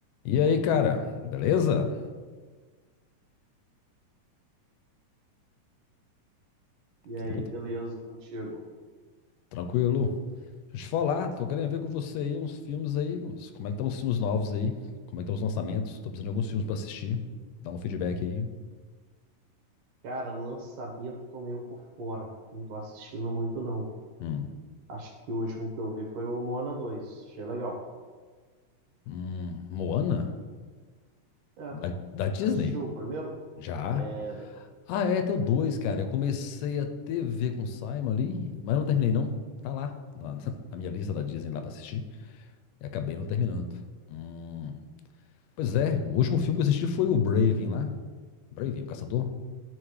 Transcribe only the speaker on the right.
E
aí, beleza
contigo?
Cara, lançamento eu tô meio por fora. Não tô assistindo muito, não.
Acho que o último que eu vi foi o Moana 2. Achei legal.
É,
assistiu o primeiro?
É, da-